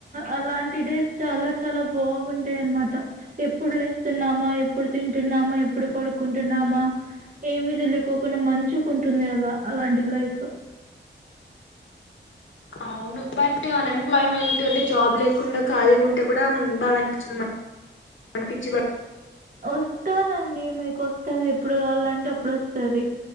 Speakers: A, on the right; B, on the left.
A: అలాంటి డేస్ చాలా చాలా బాగుంటాయ అన్నమాట ఎప్పుడు లేస్తున్నామా ఎప్పుడు తింటున్నామా ఎప్పుడు పడుకుంటున్నామా ఏమి తెలుకోకుండా మంచిగుంటుంది అల అలాంటి లైఫ్
B: అవును బట్ అన్ఎంప్లాయ్మెంట్ అంటే జాబ్ లేకుండా ఖాళీ ఉంటే కూడా బాగా అనిపిస్తుంది అని పిచ్చి బడా
A: వస్తాదండి మీకు వస్తది ఎప్పుడు కావాలంటే అప్పుడు వస్తది